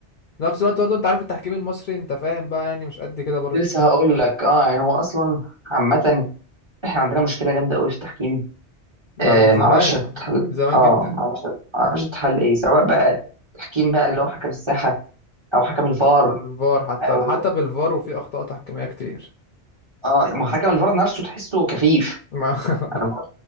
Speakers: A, on the left (about 55°); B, on the right (about 25°).
A: في نفس الوقت برضه انت عارف التحكيم المصري انت فاهم بقى يعني مش قد كده برضه
B: كنت لسه هقول لك اه يعني هو اصلا عامه احنا عندنا مشكله جامده قوي في التحكيم آه
A: ده من زمان
B: معرفش هتتحل
A: من زمان
B: اه
A: جدا
B: معرفش معرفش هتتحل ايه سواء بقى تحكيم بقى اللي هو حكم الساحة او حكم الفار
A: على الفار حتى
B: او
A: حتى بالفار وفي اخطاء تحكيميه كتير
B: اه ما هو حكم الفار نفسه تحسه كفيف
A: ما- <laughs>
B: انا ما